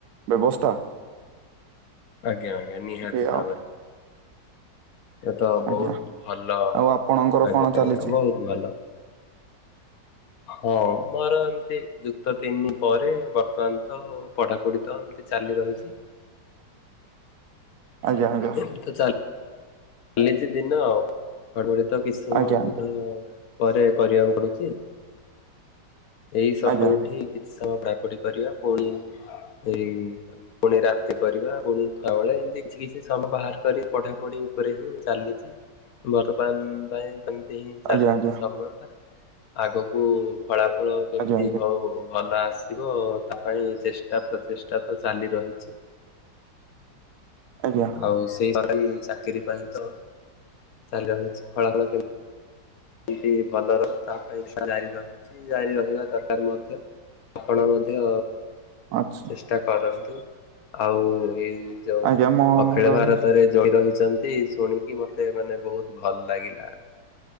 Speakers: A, on the right; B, on the left.
A: ବ୍ୟବସ୍ଥା।
B: ଆଜ୍ଞା ଆଜ୍ଞା ନିହାତି
A: ଏଇଆ ଆଉ
B: ଭାବରେ। ଏ ତ ବହୁତ
A: ଆଜ୍ଞା
B: ଭଲ
A: ଆଉ ଆପଣଙ୍କର
B: ଆଜ୍ଞା
A: କଣ ଚାଲିଛି?
B: ଆଜ୍ଞା ବହୁତ ଭଲ। ହଁ ମୋର ଏମତି ଯୁକ୍ତ ତିନି ପରେ ବର୍ତ୍ତମାନ ତ ପଢ଼ାପଢ଼ି ତ ଏମିତି ଚାଲି ରହିଛି
A: ଆଜ୍ଞା ଆଜ୍ଞା।
B: ଏମିତି ତ ଚାଲିଛି ଦିନ ଆଉ ବଡ଼ିବଡି ତ କିଛି ସମୟଙ୍କୁ
A: ଆଜ୍ଞା
B: ପରେ କରିବାକୁ ପଡ଼ୁଛି। ଏଇ ସକାଳୁ
A: ଆଜ୍ଞା
B: ଉଠି କିଛି ସମୟ ପାପଡ଼ି କରିବା ପୁଣି ଏଇ ପୁଣି ରାତି କରିବା ପୁଣି ଖୁଆ ବେଳେ ଏମିତି କିଛି କିଛି ସମୟ ବାହାର କରି ପଢ଼ାପଢ଼ି ଉପରେ ହିଁ ଚାଲିଛି। ବର୍ତ୍ତମାନ ପାଇଁ ଏମିତି ହିଁ ଚାଲିଛି
A: ଆଜ୍ଞା ଆଜ୍ଞା
B: ସମୟ ଟା ଆଗକୁ ଫଳା ଫଳ କେମିତି
A: ଆଜ୍ଞା
B: ହଉ ଭଲ। ଭ ଆସିବ ତାହାହିଁ ଚେଷ୍ଟା ପ୍ରଚେଷ୍ଟା ତ ଚାଲି ରହିଛି
A: ଆଜ୍ଞା ଆଜ୍ଞା
B: ଆଉ ସେଇ ଚାକିରି ପାଇଁ ତ ଚାଲି ରହିଛି ଫଳାଫଳ କେମିତି। ଏମତି ଭଲ ରହୁ ତା ପାଇଁ ଜାରି ରହୁଛି ଜାରି ରହିବା ଦରକାର ମଧ୍ୟ। ଆପଣ ମଧ୍ୟ
A: ଆଚ୍ଛା
B: ଚେଷ୍ଟା କରନ୍ତୁ ଆଉ ଏ ଯୋଉ
A: ଆଜ୍ଞା ମୋର
B: ଅଖିଳ ଭାରତରେ
A: ବି
B: ଜଇନ ହେଇ ଅଛନ୍ତି ଶୁଣିକି ମତେ ମାନେ ବହୁତ ଭଲ ଲାଗିଲା।